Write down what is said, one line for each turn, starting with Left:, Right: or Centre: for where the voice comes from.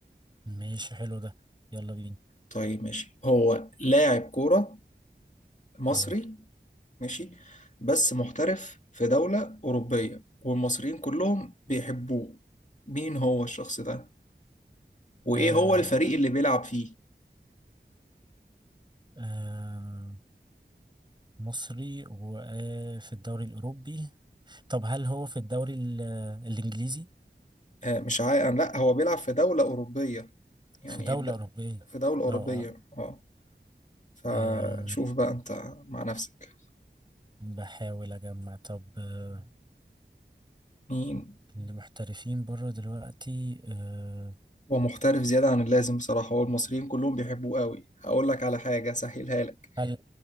Right: ماشي حلو ده يلا بينا
Left: طيب ماشي هو لاعب كورة مصري
Right: اهو
Left: ماشي بس محترف في دولة أوروبية والمصريين كلهم بيحبوه مين هو الشخص ده وايه
Right: آه
Left: هو الفريق اللي بيلعب فيه
Right: آه مصري وفي الدوري الأوروبي طب هل هو في الدوري ال- الإنجليزي
Left: آه مش عا... آه، لا هو بيلعب في دولة أوروبية يعني
Right: في دولة
Left: إيه الد...
Right: أوروبية
Left: في دولة أوروبية
Right: اه اه
Left: اه فشوف
Right: آه،
Left: بقى انت مع نفسك
Right: بحاول أجمع طب آه
Left: مين
Right: اللي محترفين بره دلوقتي آه
Left: هو محترف زيادة عن اللازم بصراحة هو المصريين كلهم بيحبوه قوي هقول لك على حاجة سهلها لك
Right: هل